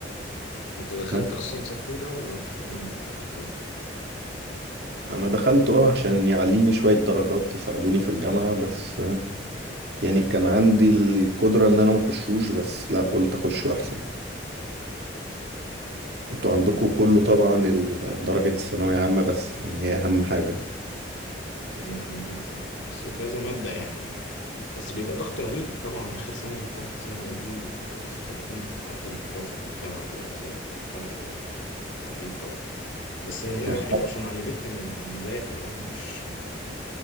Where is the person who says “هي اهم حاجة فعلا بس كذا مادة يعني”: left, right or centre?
Left